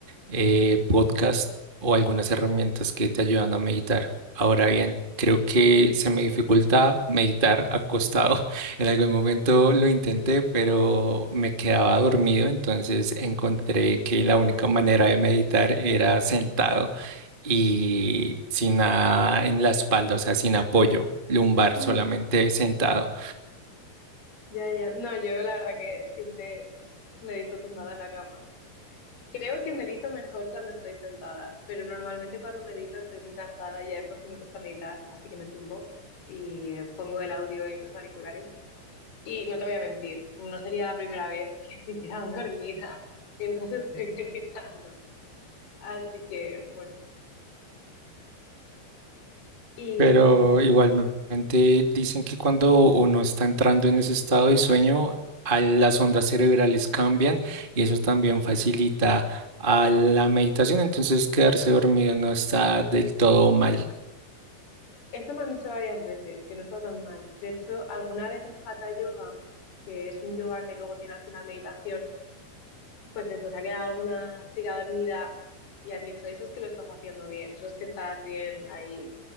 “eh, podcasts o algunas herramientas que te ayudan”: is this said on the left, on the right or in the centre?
Right